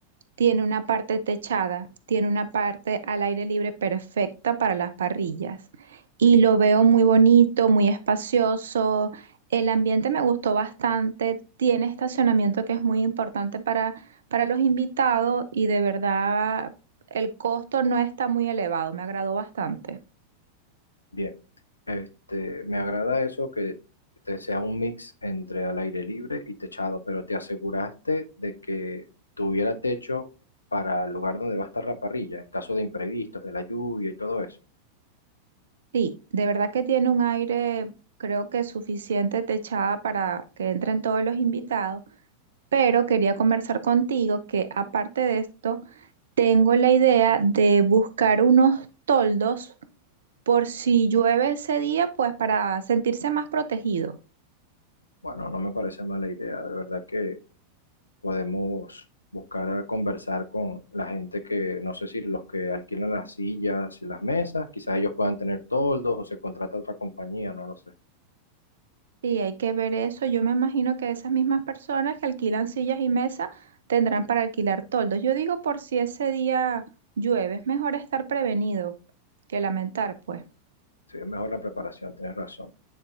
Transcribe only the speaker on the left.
Bien. Este, me agrada eso que te sea un mix entre al aire libre y techado, pero te aseguraste de que tuviera techo para el lugar donde va a estar la parrilla, en caso de imprevistos, de la lluvia y todo eso.
Bueno, no me parece mala idea, de verdad que podemos buscar a conversar con la gente que, no sé si los que alquilan las sillas y las mesas, quizás ellos puedan tener toldos o se contrata otra compañía, no lo sé.
Sí, es mejor la preparación, tienes razón.